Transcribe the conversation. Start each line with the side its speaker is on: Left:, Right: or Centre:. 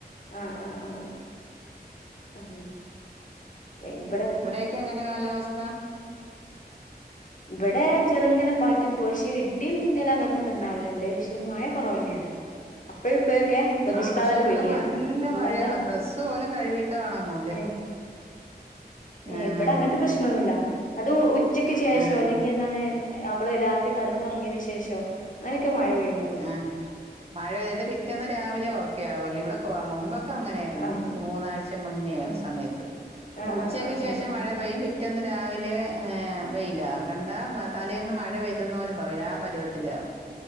Left: ആഹ് ആഹ് ആഹ് ആഹ് ക്കേ ഇബടെ
Right: ക്കെ എങ്ങനെ കാലാവസ്ഥ?
Left: ഇബടെ ചെറുങ്ങനെ പാറ്റി പോവ, പക്ഷെ ഇടിം മിന്നലും അങ്ങൻത്തൊക്കെ ഇണ്ടാവല്ണ്ട് പക്ഷെ മയ കൊറവെന്നേണ്. അപ്പഴും ഇപ്പഴൊക്കെ പ്രതീക്ഷിക്കാതണ്
Right: ആഹ് പക്ഷെ ഇവിടെ
Left: പെയ്യാണ്.
Right: നല്ല
Left: അല്ലാതെ
Right: മഴയാണ് ഡ്രസ്സ് പോലും കഴുകിയിട്ട് ഒണങ്ങൂല
Left: ഏഹ് ഏഹ്
Right: ആഹ്
Left: ഇബടെ അങ്ങൻത്തെ പ്രശ്നൊന്നുല്ല. അത് ഉച്ചക്ക് ശേഷോ
Right: ആഹ്
Left: അല്ലെങ്കി എന്താണ് നമ്മള് രാത്രി കട്ന്നൊർങ്ങീന് ശേഷം. അങ്ങനൊക്കെ മഴ പെയ്യ്നൊ
Right: ആഹ് മഴ പെയ്തിട്ട് പിറ്റേന്ന് രാവിലെ ഓക്കെ ആവുലേ. ഇവിടെ കൊ മുമ്പ് ക്കെ അങ്ങനെയായിര്ന്ന്‌,
Left: ആഹ്
Right: ഈ മൂന്നാഴ്ച മുന്നേ
Left: ആഹ്
Right: സമയത്ത്.
Left: ആഹ്
Right: ഉച്ചക്ക്
Left: ആഹ്
Right: ശേഷം
Left: ആഹ് ആഹ്
Right: മഴ പെയ്യും പി റ്റേന്ന് രാവിലെ ഏ വെയിലാ, കണ്ടാ തലേന്ന് മഴ പെയ്ത് ന്ന് പോലും പറയില്ല ആ പരുവത്തിലാ.